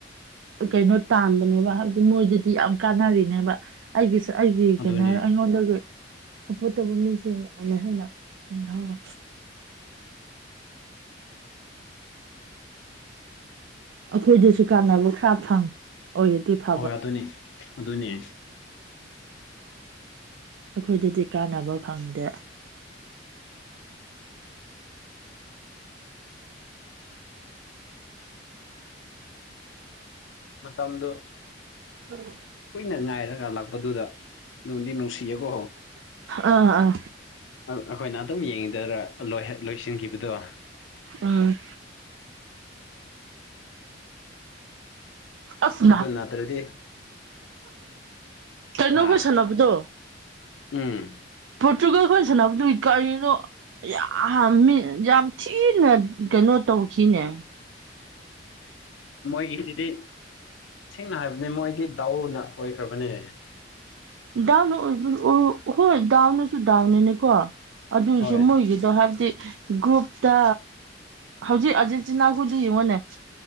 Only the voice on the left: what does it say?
ꯑꯗꯨꯅꯦ
ꯑꯍꯣꯏ ꯑꯗꯨꯅꯤ ꯑꯗꯨꯅ‌ꯦ
ꯃꯐꯝꯗꯣ
ꯀꯨꯏꯅ ꯉꯥꯏꯔꯒ ꯂꯥꯛꯄꯗꯨꯗ ꯅꯨꯡꯗꯤ ꯅꯨꯡꯁꯤꯌꯦꯀꯣ
ꯑꯩꯈꯣꯏꯅ ꯑꯗꯨꯝ ꯌꯦꯡꯉꯤꯗ ꯂꯣꯏꯁꯤꯟꯈꯤꯕꯗꯣ
ꯑꯗꯨ ꯅꯠꯇ꯭ꯔꯗꯤ
ꯑ
ꯎꯝ
ꯃꯣꯏꯒꯤꯁꯤꯗꯤ ꯁꯦꯡꯅ ꯍꯥꯏꯕꯅꯤ ꯃꯣꯏꯗꯤ ꯗꯥꯎꯅ ꯑꯣꯏꯈ꯭ꯔꯕꯅꯦ
ꯍꯣꯏ